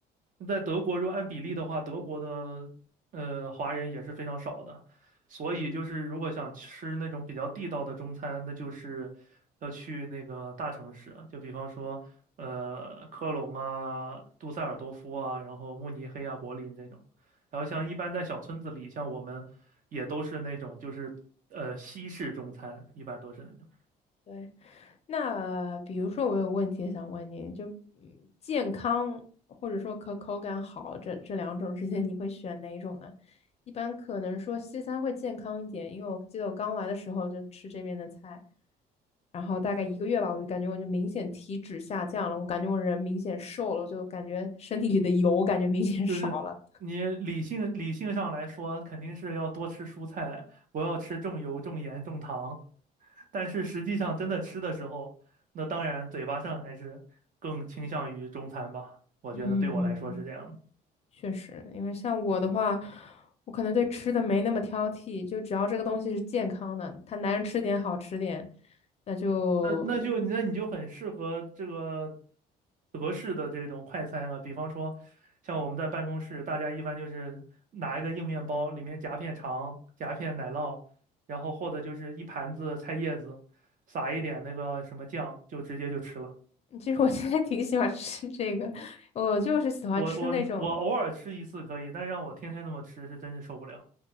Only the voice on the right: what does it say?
在德国，如果按比例的话，德国的呃华人也是非常少的，所以就是如果想吃那种比较地道的中餐，那就是要去那个大城市啊，就比方说呃科隆啊、杜塞尔多夫啊，然后慕尼黑啊、柏林这种。然后像一般在小村子里，像我们也都是那种就是呃西式中餐，一般都是那种。
就是你理性理性上来说，肯定是要多吃蔬菜，不要吃重油、重盐、重糖。但是实际上真的吃的时候，那当然嘴巴上还是更倾向于中餐吧。我觉得对我来说是这样的。
那那就那你就很适合这个德式的这种快餐啊，比方说像我们在办公室，大家一般就是拿一个硬面包，里面夹片肠、夹片奶酪，然后或者就是一盘子菜叶子，撒一点那个什么酱，就直接就吃了。
我我我偶尔吃一次可以，但让我天天那么吃是真是受不了。